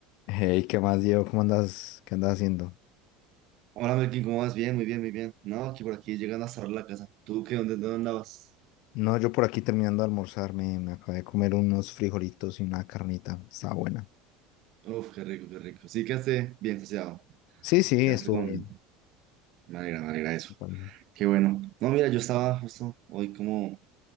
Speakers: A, on the left; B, on the right.
A: Hey, ¿qué más, Diego? ¿Cómo andas? ¿Qué andas haciendo?
B: Hola Melkin, ¿cómo vas? Bien, muy bien, muy bien. No, aquí por aquí llegando a cerrar la casa. ¿Tú qué? ¿Dónde, dónde andabas?
A: No, yo por aquí terminando de almorzar, me, me acabé de comer unos frijolitos y una carnita. Estaba buena.
B: Uf, qué rico, qué rico. Sí, quedaste bien saciado.
A: Sí, sí,
B: Quedaste
A: estuvo
B: con...
A: bien.
B: Me alegra, me alegra eso.
A: Bueno,
B: Qué bueno. No, mira, yo estaba justo hoy como